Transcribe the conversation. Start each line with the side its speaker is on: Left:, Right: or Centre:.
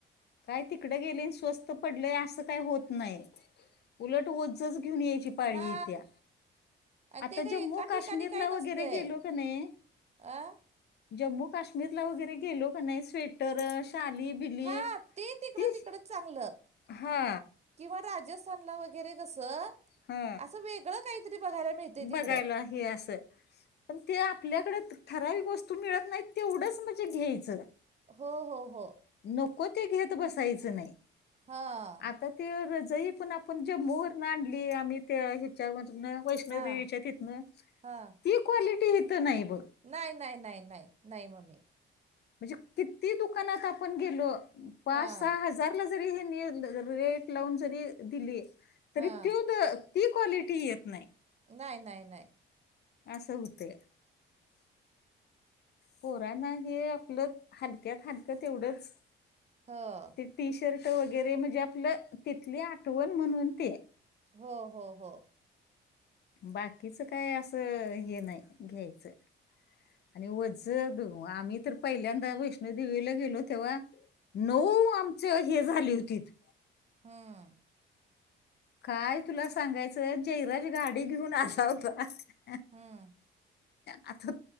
Left: काय तिकडं गेली अन् स्वस्त पडलंय असं काही होत नाही, उलट ओझंच घेऊन यायची पाळी
Right: हा
Left: येत्या,
Right: आणि
Left: आता
Right: ते काही
Left: जम्मू-काश्मीरला
Right: एका ठिकाणी काही नसतंय
Left: वगैरे गेलो का नाही
Right: अ
Left: जम्मू काश्मीरला वगैरे गेलो का नाही स्वेटर, शाली, बिली
Right: हा ते तिकडं
Left: तीच
Right: तिकडं चांगलं
Left: हा
Right: किंवा राजस्थानला वगैरे कसं,
Left: हा
Right: असं वेगळं काहीतरी बघायला मिळते तिकडं.
Left: बघायला हे असं पण ते आपल्याकडे ठराविक वस्तू मिळत नाही, तेवढंच म्हणजे घ्यायचं.
Right: हो, हो, हो.
Left: नको ते घेत बसायचं नाही.
Right: हां,
Left: आता ते रजई पण आपण जम्मू वरणं आणली आम्ही त्या ह्याच्यावरनं वैष्णव
Right: हां
Left: देेवीच्या तिथनं,
Right: हां
Left: ती क्वालिटी हथं नाही बघ.
Right: नाही, नाही, नाही, नाही, नाही मम्मी
Left: म्हणजे किती दुकानात आपण गेलो पाच
Right: हां
Left: -सहा हज हजार जरी यांनी रेट लावून जरी दिली, तरी
Right: हां
Left: त्यो बघ ती क्वालिटी येत नाही.
Right: नाही, नाही, नाही.
Left: असं होतया पोराना हे आपलं, हलक्यात हलकं तेवढंच
Right: हो.
Left: ते टी शर्ट वगैरे म्हणजे आपलं, तिथली आठवण म्हणून ते
Right: हो, हो, हो.
Left: बाकीचं काय असं हे नाही घ्यायचं. आणि वोझ बघून, आम्ही तर पहिल्यांदा वैष्णोदेवीला गेलो तेव्हा नऊ आमचं हे झाली होतीत
Right: हम्म,
Left: काय तुला सांगायचं जयराज गाडी घेऊन आला होता ना
Right: हम्म,
Left: आता,